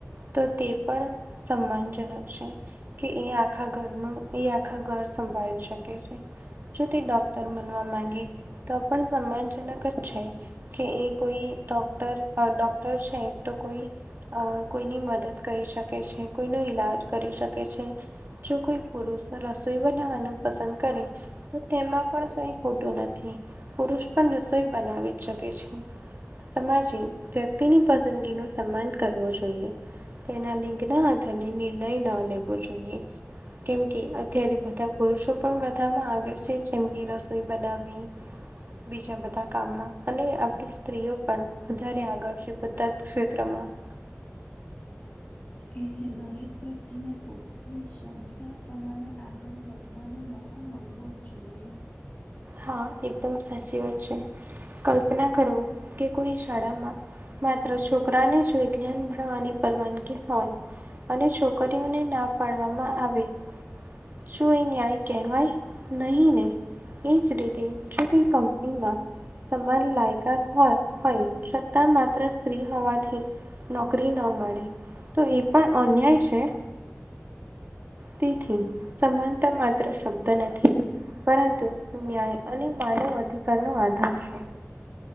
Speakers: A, on the right; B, on the left.
A: તો તે પણ સન્માન જનક છે. કે એ આખા ઘરનું એ આખા ઘર સંભાળી શકે છે. જો તે ડૉક્ટર બનવા માગે, તો પણ સન્માનજનક જ છે, કે એ કોઈ ડોક્ટર ડોક્ટર છે તો કોઈ કોઈની મદદ કરી શકે છે કોઈનો ઈલાજ કરી શકે છે. જો કોઈ પુરુષ રસોઈ બનાવવાનું પસંદ કરે. તો તેમાં પણ કઈ ખોટું નથી, પુરુષ પણ રસોઈ બનાવી જ શકે છે. સમાજે વ્યક્તિની પસંદગી નુ સન્માન કરવો જોઈએ, તેના લિંગના હથ નિર્ણય ના લેવો જોઈએ. કેમ કે અત્યારે બધા પુરુષો પણ બધામાં આગળ છે જે જેમ કે રસોઈ બનાવી, બીજા બધા કામમાં. અને આપડી સ્ત્રીઓ પણ વધારે આગળ છે બધા જ ક્ષેત્રમાં.
B: એટલે દરેક વ્યક્તિને પોતાની ક્ષમતા પ્રમાણે આગળ વધવાનો મોકો મળવો જ જોઈએ.
A: હા એકદમ સાચી વાત છે, કલ્પના કરો કે કોઈ શાળામાં. માત્ર છોકરાને જ વિજ્ઞાન ભણવાની પરવાનગી હોય. અને છોકરીઓને ના પાડવામાં આવે. શું એ ન્યાય કહેવાય? નહીં ને? એ જ રીતે જો કોઈ કંપનીમાં સમાન લાયકાત હોય છતાં માત્ર સ્ત્રી હોવાથી નોકરી ન મળે તો એ પણ અન્યાય છે. તેથી સમાનતા માત્ર શબ્દ નથી. પરંતુ ન્યાય અને માનવ અધિકારનો આધાર છે.